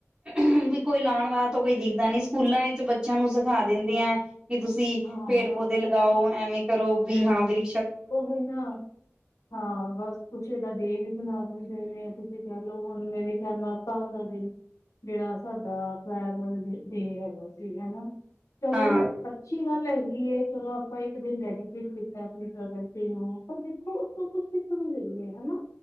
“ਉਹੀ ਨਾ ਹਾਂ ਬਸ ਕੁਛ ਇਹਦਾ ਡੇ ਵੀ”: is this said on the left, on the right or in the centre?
Left